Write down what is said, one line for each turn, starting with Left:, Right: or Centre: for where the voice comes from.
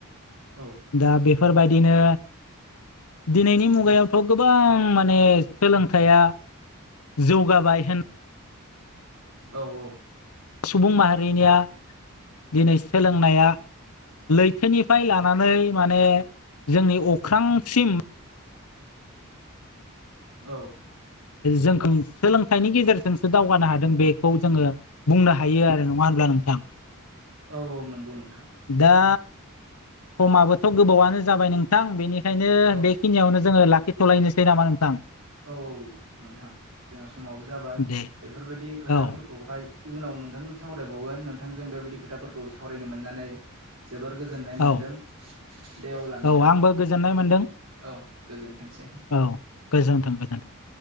Right: औ।
Left: दा बेफोरबायदिनो दिनैनि मुगायावथ' गोबां माने सोलोंथाइया जौगाबाय होन
Right: औ औ।
Left: सुबुं माहारिनिया दिनै सोलोंनाया लैथोनिफ्राय लानानै माने जोंनि अख्रांसिम
Right: औ।
Left: जोंखों सोलोंथाइनि गेजेरजोंसो दावगानो हादों बेखौ जोङो बुंनो हायो आरो नङा होनब्ला नोंथां?
Right: औ औ नंगौ नोंथां।
Left: दा समाबोथ' गोबावयानो जाबाय नोंथां बेनिखायनो
Right: औ
Left: बे खिनियावनो जोङो लाखिथ'लायनोसै नामा नोंथां?
Right: औ औ नोंथां जोंहा समाबो जाबाय
Left: दे
Right: बेफोरबायदि खोथाफोरखौहाय
Left: औ
Right: इयुनाव नोंथांजों सावरायबावगोन। नोंथांजों बेबायदि खोथाफोरखौ सावरायनो मोननानै जोबोर गोजोननाय मोनदों।
Left: औ
Right: दे अब्ला नोंथां।
Left: औ आंबो गोजोननाय
Right: गो
Left: मोनदों
Right: औ गोजोनथोंसै।
Left: औ गोजोन्थों <unintelligible>